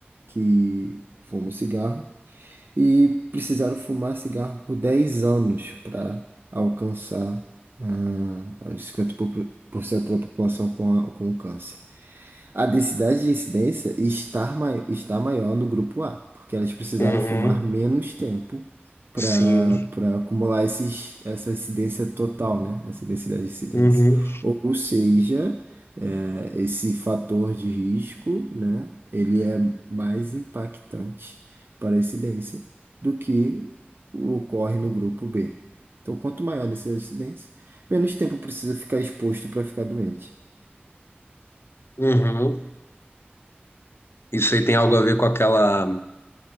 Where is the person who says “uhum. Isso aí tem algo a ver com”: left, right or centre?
Left